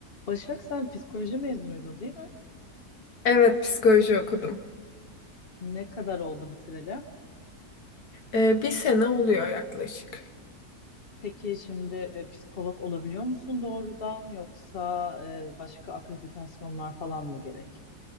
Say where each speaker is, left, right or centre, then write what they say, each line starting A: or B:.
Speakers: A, on the left (about 40°); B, on the left (about 75°).
A: Başak sen psikoloji mezunuydun değil mi?
B: Evet, psikoloji okudum.
A: Ne kadar oldu bitireli?
B: Ee, bir sene oluyor yaklaşık.
A: Peki şimdi e, psikolog olabiliyor musun doğrudan yoksa e, başka akreditasyonlar falan mı gerek?